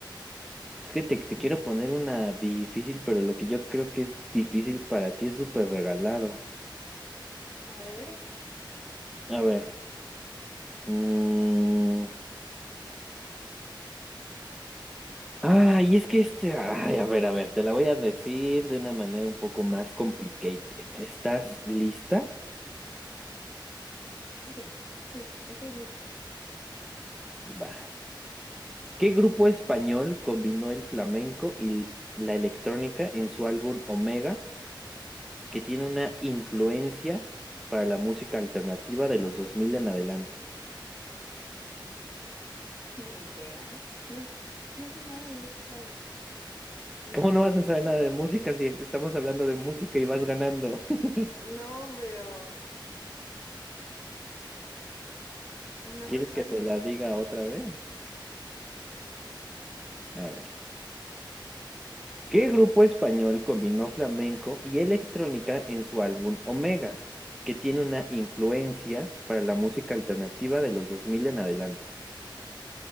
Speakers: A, in the centre; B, on the left (about 35°).
A: Es que te, te quiero poner una difícil, pero lo que yo creo que es difícil para ti es súper regalado.
B: a ver.
A: A ver. mm, Ay, es que este. Ay, a ver, a ver, te la voy a decir de una manera un poco más complicated. ¿Estás lista?
B: Ok, sí, estoy lista.
A: Va. ¿Qué grupo español combinó el flamenco y la electrónica en su álbum Omega, que tiene una influencia para la música alternativa de los 2000 en adelante?
B: <laughs> Ni idea. No, s- no sé nada de música. No,
A: ¿Cómo no vas a saber nada de música si estamos hablando de música y vas ganando? <laughs>
B: no, pero no
A: ¿Quieres
B: me pasa.
A: que te la diga otra vez?
B: Sí.
A: A ver. ¿Qué grupo español combinó flamenco y electrónica en su álbum Omega, que tiene una influencia para la música alternativa de los 2000 en adelante?